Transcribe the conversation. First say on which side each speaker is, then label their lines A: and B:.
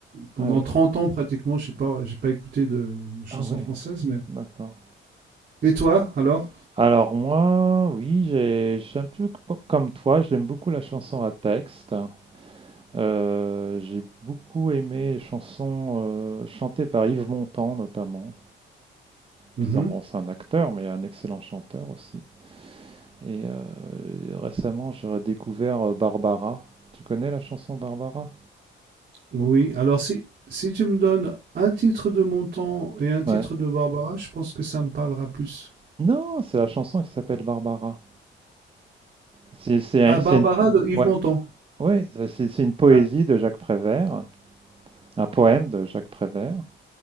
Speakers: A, on the right (about 45°); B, on the right (about 25°).
A: pendant
B: Ah oui,
A: 30 ans pratiquement, j'ai pas, j'ai pas écouté de, de chansons
B: ah ouais,
A: françaises. Mais...
B: d'accord.
A: Et toi, alors?
B: Alors moi, oui, j'ai, je suis un peu co- comme toi, j'aime beaucoup la chanson à texte. Euh, j'ai beaucoup aimé les chansons euh, chantées par Yves Montand notamment.
A: Mhm.
B: Bizarrement, c'est un acteur, mais un excellent chanteur aussi. Et euh, récemment, j'ai redécouvert euh, Barbara. Tu connais la chanson Barbara?
A: Oui, alors si, si tu me donnes un titre de Montand et un titre
B: Ouais.
A: de Barbara, je pense que ça me parlera plus.
B: Non, c'est la chanson qui s'appelle Barbara. C'est c'est un-
A: Ah, Barbara
B: c'est une...
A: de Yves
B: Ouais,
A: Montand.
B: ouais, c'est c'est- c'est une poésie
A: Ah.
B: de Jacques Prévert, un poème de Jacques Prévert,